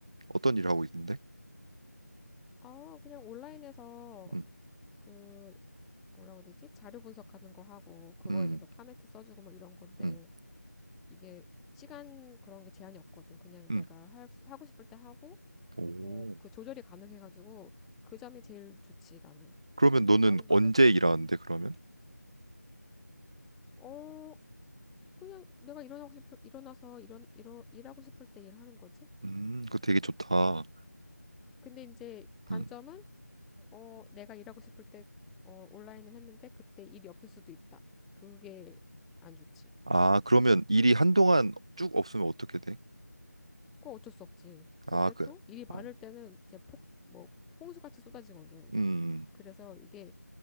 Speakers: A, on the right; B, in the centre.
A: 어떤 일 하고 있는데?
B: 아, 그냥 온라인에서
A: 음,
B: 그, 뭐라고 해야 되지? 자료 분석하는 거 하고, 그거에
A: 음,
B: 대해서 카멘트 써주고 뭐 이런 건데,
A: 음,
B: 이게 시간 그런 게 제한이 없거든. 그냥
A: 음.
B: 내가 할, 수- 하고 싶을 때 하고,
A: 오.
B: 뭐 그 조절이 가능해가지고, 그 점이 제일 좋지, 나는.
A: 그러면
B: 음,
A: 너는
B: 나는 마음에
A: 언제
B: 들긴
A: 일하는데
B: 해.
A: 그러면?
B: 어, 그냥 내가 일어나고 싶을, 일어나서 일어, 일어, 일하고 싶을 때 일하는 거지.
A: 음, 그거 되게 좋다.
B: 근데 이제 단점은,
A: 음.
B: 어, 내가 일하고 싶을 때, 어, 온라인을 했는데 그때 일이 없을 수도 있다. 그게 안 좋지.
A: 아, 그러면 일이 한동안 쭉 없으면 어떻게 돼?
B: 그거 어쩔 수 없지. 근데
A: 아, 그,
B: 또 일이 많을
A: 어,
B: 때는 제 폭, 뭐, 홍수같이 쏟아지거든.
A: 음,
B: 그래서 이게,